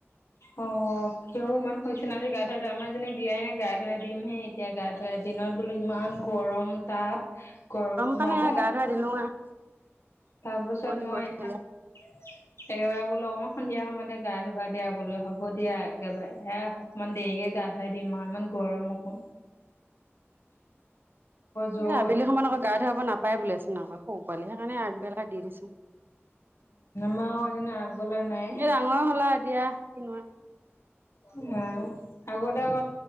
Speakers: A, on the left; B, on the right.
A: অ', তেওঁ ইমান শুনিছেনে আজি গা ধোৱা আমাৰ জনীক দিয়াই নাই গা ধুৱাই দিমহেই এতিয়া গা ধুৱাই দিনত বোলো ইমান গৰম তাপ। গৰম সোমাব।
B: কাৰণে সেয়া গা ধুৱাই দিলো আৰু,
A: তাৰ পিছত
B: টোপনি
A: মই
B: গৈ
A: একেবাৰে
B: থাকিলে।
A: বোলো মই সন্ধিয়া সময়তে গা ধুবা দিয়াবলৈ হ'ব দিয়া একেবাৰে এ অকমান দেৰিকে গা ধুৱাই দিম আৰু ইমান গৰম অকো য'ত
B: এ আবেলি সময়ত আকৌ গা ধুৱাব নাপায় বোলে চোন আক। সৰু পোৱালি সেইকাৰণে আগবেলা দি দিছো।
A: <unintelligible> আগবেলা নাই।
B: এই ডাঙৰ হ'লা এতিয়া, কিনো আৰু।
A: অ, আগতে ক